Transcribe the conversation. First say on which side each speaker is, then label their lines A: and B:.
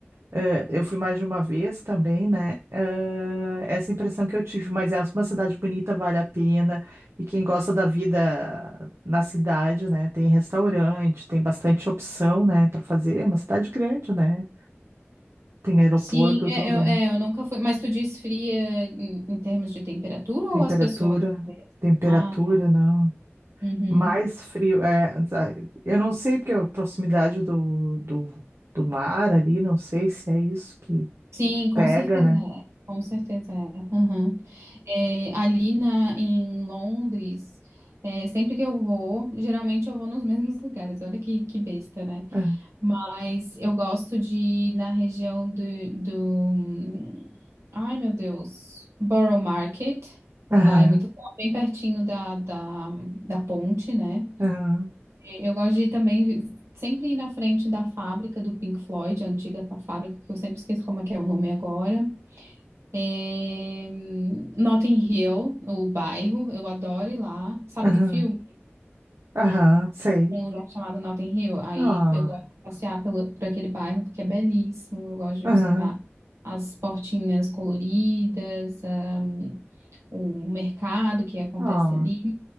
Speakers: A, on the right; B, on the right.
A: Eh, eu fui mais de uma vez também, né? Eh, essa impressão que eu tive, mas é uma cidade bonita, vale a pena. E quem gosta da vida na cidade, né? Tem restaurante, tem bastante opção, né? Para fazer. É uma cidade grande, né? Tem aeroporto,
B: Sim,
A: tudo,
B: é, eu, é,
A: né?
B: eu nunca fui. Mas tu diz fria em, em termos de temperatura
A: Temperatura,
B: ou as pessoas?
A: temperatura,
B: Ah, tá.
A: não.
B: Uhum.
A: Mais frio, é, eu não sei porque a proximidade do, do, do mar ali, não sei se é isso que,
B: Sim,
A: que
B: com
A: pega,
B: certeza
A: né?
B: é. Com certeza é. Uhum. É, ali na, em Londres, é, sempre que eu vou, geralmente eu vou nos mesmos lugares. Olha que, que besta, né?
A: Aham,
B: Mas eu gosto de ir na região do, do... Ai, meu Deus. Borough Market. Lá
A: aham,
B: é muito legal, bem pertinho da, da, da ponte, né?
A: aham.
B: Eu gosto de ir também sempre ir na frente da fábrica do Pink Floyd, a antiga pa- fábrica, que eu sempre esqueço como é que é o nome agora. É... Notting Hill, o bairro, eu adoro ir lá. Sabe
A: Aham,
B: do filme?
A: aham, sei.
B: um lugar chamado Notting Hill. Aí
A: Ah,
B: eu gosto de passear pelo, por aquele bairro porque é belíssimo. Eu gosto de
A: aham,
B: observar as portinhas coloridas, ahm, o mercado que acontece
A: ah,
B: ali.